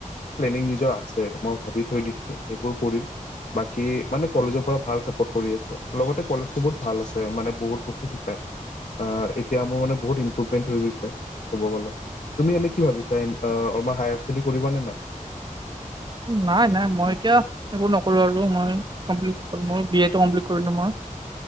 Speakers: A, on the left (about 60°); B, on the right (about 35°).
A: নিগ নিজৰ আছে মই ভাবি থৈ দিছো সেইবোৰ কৰিম বাকি মানে কলেজৰ এনে পোৰা ভাল চাপৰ্ত কৰি আছে লগতে কলেজটো বহুত ভাল আছে মানে বহুত বস্তু শিকাই আহ এতিয়া মোৰ মানে বহুত ইম্প্ৰুভমেন্ট হৈ গৈছে ক'ব গ'লে তুমি এনেই কি ভাবিছা আমাৰ হায়াৰ ষ্টডি কৰিবা নে নাই?
B: নাই নাই মই এতিয়া এইবোৰ আৰু মই কমপ্লিড মোৰ বি এ টো কমপ্লিড কৰিলো মই